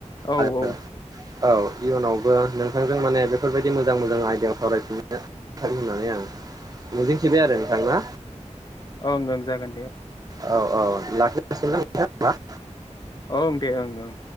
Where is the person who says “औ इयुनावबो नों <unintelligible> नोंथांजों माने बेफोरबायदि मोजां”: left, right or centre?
Right